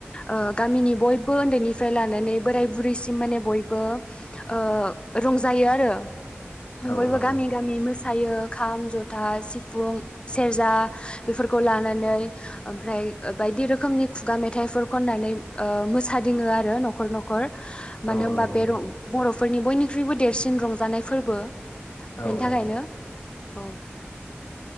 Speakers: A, on the left; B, on the left.
A: ओ गामिनि बयबो उन्दैनिफ्राय लानानै बोराय बुरैसिम माने बयबो ओ रंजायो आरो
B: औ
A: बयबो
B: औ
A: गामि-गामि मोसायो खाम जथा सिफुं सेरजा बेफोरखौ लानानै ओमफ्राय बायदि रोखोमनि खुगा मेथाइफोर खननानै ओ मोसादिङो आरो न'खर-न'ख खर
B: औ
A: मानो होनबा
B: नंगौ
A: बे रं बर'फोरनि बयनिख्रुइबो देरसिन रंजानाय फोरबो।
B: औ
A: बेनि थाखायनो औ।